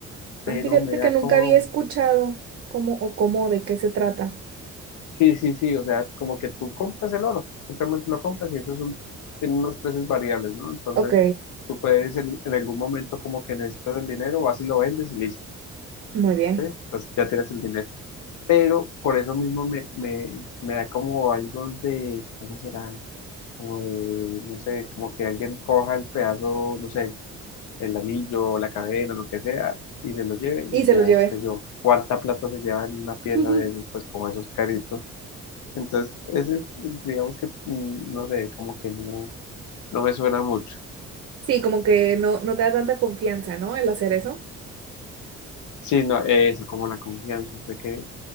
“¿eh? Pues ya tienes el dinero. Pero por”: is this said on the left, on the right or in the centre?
Left